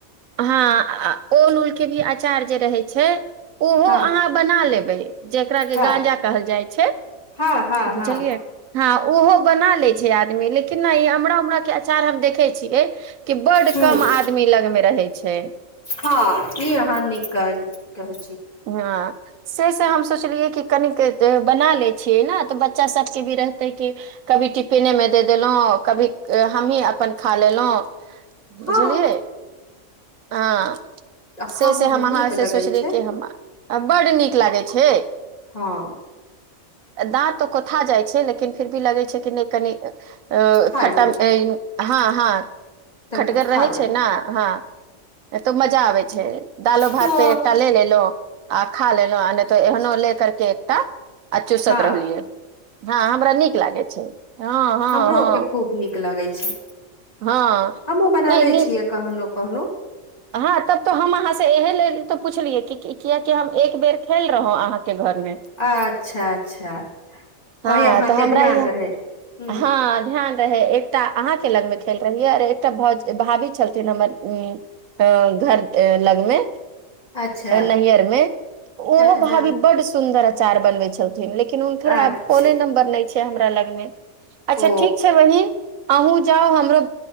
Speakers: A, on the right (about 75°); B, on the left (about 30°).
A: हँ ओल उल के भी अचार जे रहे छै ओहो
B: ह हँ
A: अहाँ बना लेबे जेकरा के
B: हँ
A: गाजा कहल जाइ छै
B: हँ हँ
A: बुझलियै
B: हँ
A: हँ ओहो बना लै छै आदमी लेकिन न ई अमरा उमरा के अँचार हम देखै छियै कि बड्ड
B: ह
A: कम आदमी लग मे रहै छै
B: हँ ई अहाँ नीक कहल रहल छी
A: हँ से से हम सोचलियै कि कनिक बना लै छियै न तऽ बच्चा सभके भी रहतै कि कभी टिफिने मे दे देलौं कभी हमही अपन खा लेलौ
B: हँ
A: बुझलियै हँ
B: आ खाहू
A: से से हम
B: मे
A: अहाँ
B: नीक
A: से
B: लगै
A: सोचली
B: छै
A: कि हम आ बड्ड नीक लागै छै
B: हँ
A: दाँत तऽ कोथा जाइ छै लेकिन फिर भी लगै छै कि नय कनी ओ
B: खाय
A: खटम
B: लेब
A: हँ हँ
B: तनिका
A: खटगर
B: खा
A: रहै
B: लेब
A: छै ने हँ तो मजा आबै छै दालो भात
B: हँ
A: पे एकटा ले लेलौ आ खा लेलो आ नय तऽ एहनो ले कर के एकटा आ चुसत
B: हँ
A: रहलियै हँ हमरा नीक लागै छै हँ हँ
B: हमरो
A: हँ
B: के खूब नीक लगै छै
A: हँ
B: हमहुँ बनाबै
A: नहि नीक
B: छियै कहनो कहनो
A: हँ तब तऽ हम अहाँ से एहे लेल तऽ पुछलियै कियेकि कि हम एक बेर खैले रहौं अहाँके घर मे
B: अच्छा अच्छा
A: हँ
B: ओहि अहाँके
A: तऽ हमरा
B: ध्यान
A: इहाँ
B: रहै हूँ
A: हँ ध्यान रहै एकटा अहाँके लगमे खेल रहियै आओर एकटा भाभी छलथिन हमर उ अ घर लगमे
B: अच्छा
A: नैयहरमे ओहो
B: हँ
A: भाभी
B: हँ
A: बड्ड सुन्दर अचार बनबै छलथिन लेकिन हुनकर
B: अच्छा
A: आब नंबर नय छै हमरा लग मे अच्छा
B: ओ
A: ठिक छै बहिन अहूँ जाउ हमरो